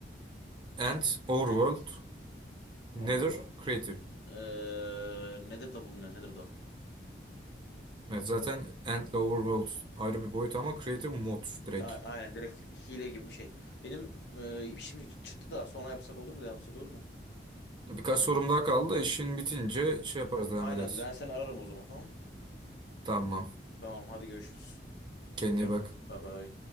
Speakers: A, on the left (about 75°); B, on the right (about 25°).
A: It
B: Ant, Overworld,
A: and
B: Nether,
A: overworld.
B: Creative.
A: Ee, nedir da bulunuyor nedir da?
B: Evet, zaten Ant ile Overworld ayrı bir boyut ama Creative mod direkt.
A: A- Aynen direkt hile gibi bir şey. Benim e, şimdi çıktı da sonra yapsak olur mu? Devam etsek olur mu?
B: Birkaç sorum daha kaldı. İşin bitince şey yaparız devam
A: Aynen
B: ederiz.
A: ben seni ararım o zaman tamam.
B: Tamam.
A: Tamam hadi görüşürüz.
B: Kendine
A: Geliyorum
B: iyi bak.
A: ben. Bay bay.